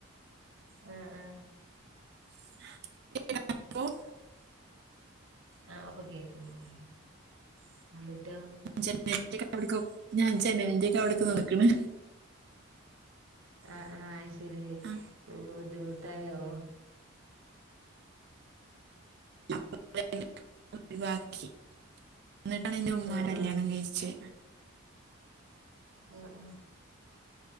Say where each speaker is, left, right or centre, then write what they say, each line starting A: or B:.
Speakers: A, on the right (about 65°); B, on the right (about 50°).
A: ആ ആ
B: <unintelligible>
A: ആ പ്പ കേക്കണ്ട് പറയു എന്നിട്ടോ
B: ജനൽൻ്റെ അവിടക്ക് ഞാൻ ജനൽന്റെ ഒക്കെ അവിടക്കെ നടക്കണ്
A: ആ ആഹ് ശരി
B: ആ
A: വീട്ടിന്ന് തായൊ
B: <unintelligible> ഒഴിവാക്കി ന്നിട്ടാണ് എന്റെ ഉമ്മാനെ
A: ആഹ് ആഹ്
B: കല്യാണം
A: ആഹ്
B: കഴിച്ച്
A: ഉഉം